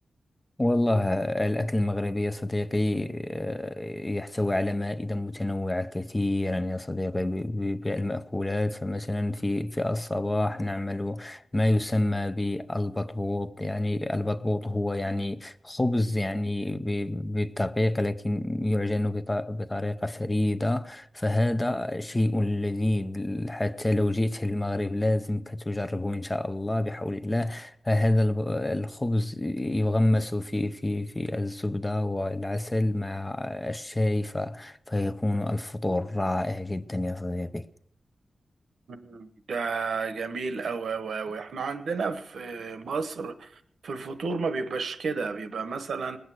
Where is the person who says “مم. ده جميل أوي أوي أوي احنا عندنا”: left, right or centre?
Right